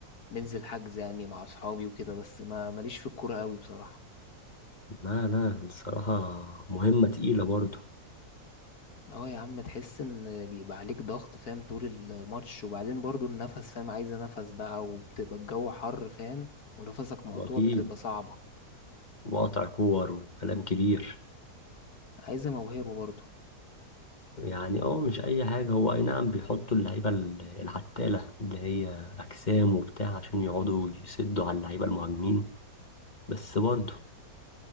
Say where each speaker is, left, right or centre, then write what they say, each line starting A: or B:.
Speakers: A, on the left; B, on the left.
A: بنزل حجز يعني مع أصحابي وكده بس ما ماليش في الكورة قوي بصراحة
B: لا لا الصراحة مهمة تقيلة برضو
A: اه يا عم تحس ان بيبقى عليك ضغط فاهم طول الماتش وبعدين برضو النفس فاهم عايزة نفس بقى وبتبقى الجو حر فاهم ونفسك مقطوع
B: واكيد
A: بتبقى صعبة
B: وقطع كور وكلام كبير
A: عايزة موهبة برضو
B: يعني اه مش اي حاجة هو اي نعم بيحطوا اللعيبة ال- العتالة اللي هي اجسام وبتاع عشان يقعدوا يسدوا على اللعيبة المهاجمين بس برضو